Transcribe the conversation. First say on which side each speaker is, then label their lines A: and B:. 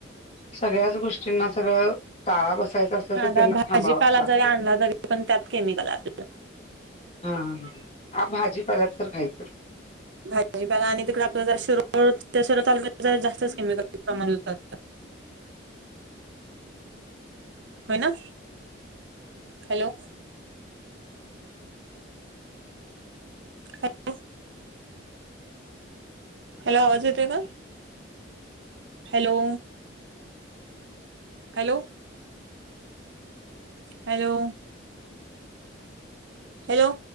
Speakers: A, on the left (about 30°); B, on the right (about 65°).
A: सगळ्याच गोष्टींना सगळं टाळा बसायचा असलं
B: साधा
A: तर त्यांना
B: भाजीपाला
A: थांबावच लागतय.
B: जरी आणला तरी पण त्यात केमिकल आपल्याला
A: हा, हा भाजीपाला तर खायचं
B: भाजीपाला आणि, तिकडे आपलं जर शिरोळ तालुक्यात जरा जास्तच केमिकल प्रमाणांत
A: <inaudible>
B: होयना, हॅलो! हॅलो. हॅलो आवाज येतोय का? हॅलो! हॅलो! हॅलो! हॅलो!